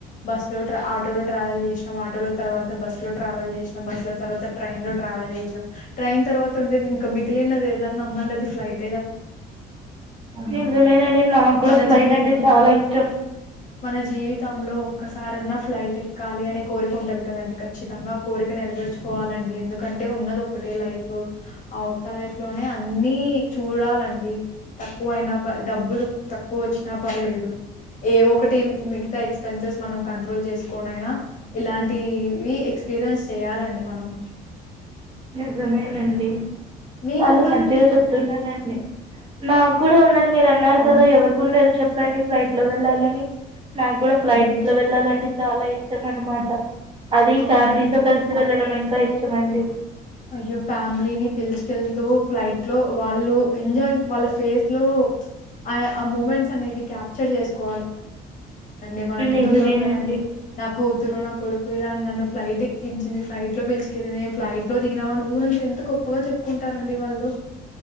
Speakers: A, on the left (about 50°); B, on the right (about 30°).
A: బస్సు లో ట్రా ఆటోలో ట్రావెల్ చేసినాం ఆటోలో తర్వాత బస్సు లో ట్రావెల్ చేసినాం బస్సు లో తర్వాత ట్రైన్ లో ట్రావెల్ చేసాం ట్రైన్ తర్వాత ఉంటే ఇంకా మిగిలినది ఏదన్నా ఉంది అంటే అది ఫ్లైట్
B: నిజమే నండి నాకు కూడా
A: మన
B: ఫ్లైట్
A: జీవితంలో
B: అంటే చాలా ఇష్టం
A: మన జీవితంలో ఒక్క సారీ అన్నా ఫ్లైట్ ఎక్కాలి అనే కోరిక ఉంటది కదా అండి ఖచ్చితంగా ఆ కోరిక్ నెరవేర్చుకోవాల అండి ఎందుకంటే ఉన్నది ఒకటే లైఫ్ ఆ వో ఒక్క లైఫ్ లోనే అన్ని చూడాలా అండి తక్కువ అయినా పా డబ్బులు తక్కువ వచ్చినా పర్లేదు ఏ వో ఒకటి మిగతా ఎక్స్పెన్సివ్స్ మనం కంట్రోల్ చేసుకుని అయినా ఇలాంటివి ఎక్స్పీరియన్స్ చెయాలండి మనం
B: నిజమేనండి
A: మీకుందానండి
B: చాలా మంచిగా చెప్తున్నారాండి నాకు కూడా ఉంద నీ మీరు అన్నారు కదా ఎవరికి ఉందు చెప్పండి ఫ్లైట్ లో వెళ్ళాలని నాకు కూడా ఫ్లైట్
A: అదే నిజం
B: లో వెళ్ళాలంటే చాలా ఇష్టం అన్నమాట అది
A: అవునండి
B: ఫ్యామిలీతో కలసి వెళ్ళడం ఇంకా ఇష్టంమండి
A: అయ్యో ఫ్యామిలీని పిలుచుకెళ్తూ ఫ్లైట్ లో వాళ్ళు ఎంజాయ్ వాళ్ళ ఫేస్ లో ప్చ్ ఆ ఆ మూమెంట్స్ అనేవి క్యాప్చర్ చేసుకోవాల అండి మనం <unintelligible>
B: నిజమేనండి.
A: తారండి నా కూతురు నా కొడుకు ఇలా నన్ను ఫ్లైట్ ఎక్కించింది లైట్ లో పిలుచుకెళ్ళింది ము ఫ్లైట్ లో దిగినామని ఊరంత ఎంత గో గొప్పగా చెప్పుకుంటారండి వాళ్ళు